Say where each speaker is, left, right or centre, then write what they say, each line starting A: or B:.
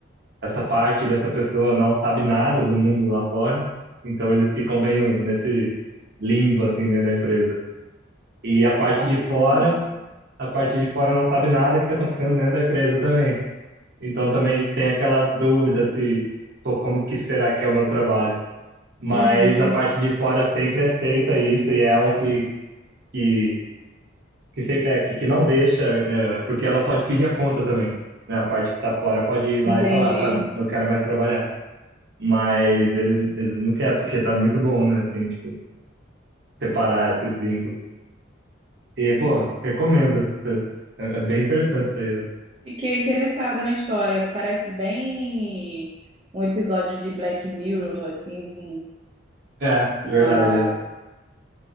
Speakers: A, on the right (about 60°); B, on the right (about 30°).
A: essa parte dessa pessoa não sabe nada do mundo lá fora, então eles ficam meio nesse limbo, assim, dentro da empresa. E a parte
B: Nossa,
A: de fora,
B: que legal.
A: a parte de fora não sabe nada que tá acontecendo dentro da empresa também. Então também tem aquela dúvida se, pô, como que será que é o meu trabalho? Mas
B: Uhum.
A: a parte de fora sempre aceita isso e é ela que, que, que, se- é, que, que não deixa, é, porque ela pode pedir a conta também, né? A parte que tá fora pode ir lá
B: Entendi.
A: e falar, tá, não quero mais trabalhar. Mas eles, eles não querem, porque tá muito bom, né? Assim, tipo, separar esse vínculo. E, pô, recomendo. É, é é bem interessante isso aí. Eu-
B: Fiquei interessada na história. Parece bem um episódio de Black Mirror, assim,
A: É,
B: uma,
A: verdade, é,